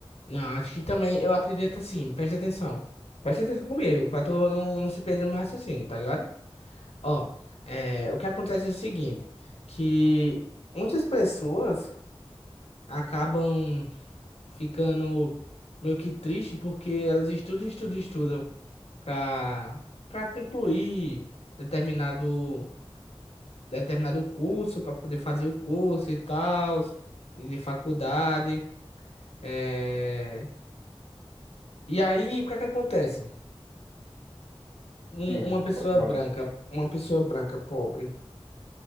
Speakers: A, on the left; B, on the right.
A: Não, acho que também, eu acredito assim, preste atenção. Preste atenção comigo, pra tu não, não se perder no meu raciocínio, tá ligado? Ó, é, o que acontece é o seguinte, que muitas pessoas acabam ficando meio que triste porque elas estudam, estudam, estudam pra, pra concluir determinado, determinado curso, pra poder fazer o curso e tal, e de faculdade. É... E aí, o que é que acontece? um-
B: Sim,
A: uma pessoa
B: pode falar.
A: branca, uma pessoa branca pobre,